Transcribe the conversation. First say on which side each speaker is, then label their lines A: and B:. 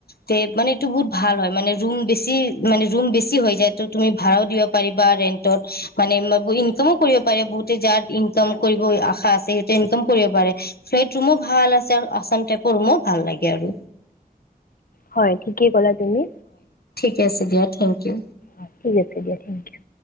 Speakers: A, on the left (about 85°); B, on the left (about 70°).
A: তে মানে এইটো বহুত ভাল হয় মানে ৰুম বেছি মানে ৰুম বেচি হয় যায় ত তুমি ভাঢ়া দিব পাৰিব ৰেণ্টত মানে ইনকমো কৰিব পৰিবা বহুতে যাৰ ইনকম কৰিব আশা আছে সিহঁতে ইনকম কৰিব পাৰে সিহঁত ৰুমো ভাল আছে আসাম টাইপৰ ৰুমত ভাল লাগে আৰু।
B: হয় ঠিকেই ক'লা তুমি।
A: ঠিকে আছে দিয়া থেংক ইউ।
B: অ ঠিক আছে দিয়া থেংক ইউ।